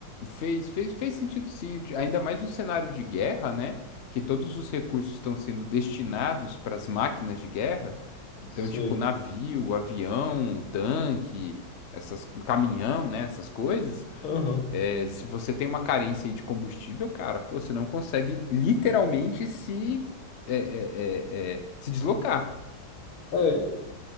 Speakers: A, on the left (about 60°); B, on the left (about 85°).
A: Fez, fez, fez sentido, sim. Ti- Ainda mais no cenário de guerra, né? Que todos os recursos estão sendo destinados para as máquinas de guerra. Então,
B: Sei.
A: tipo, navio, avião, tanque, essas, caminhão, né? Essas coisas.
B: Aham.
A: É, se você tem uma carência aí de combustível, cara, pô, você não consegue literalmente se, é, é, é, é, se deslocar.
B: É,